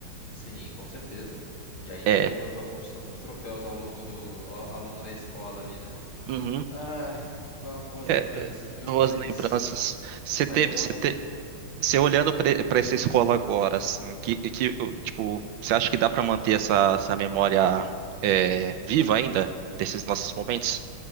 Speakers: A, on the left; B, on the right.
A: sim, com certeza. E aí a gente
B: É.
A: levantou alguns, alguns troféus ao longo do, ao, ao longo da escola ali, né?
B: Uhum.
A: Ai, boa- boas
B: É,
A: lembranças,
B: é,
A: viu?
B: boas
A: Mas,
B: lembranças. Você
A: mas
B: teve,
A: eu gosto.
B: você te- Você olhando para essa escola agora, assim, que, que tipo, você acha que dá para manter essa, essa memória é, viva ainda desses nossos momentos?